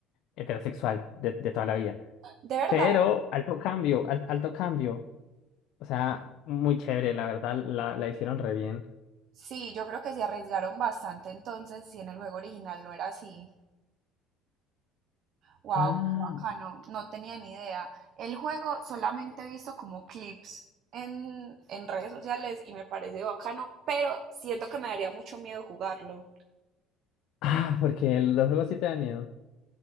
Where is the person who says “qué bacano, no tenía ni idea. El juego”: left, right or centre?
Right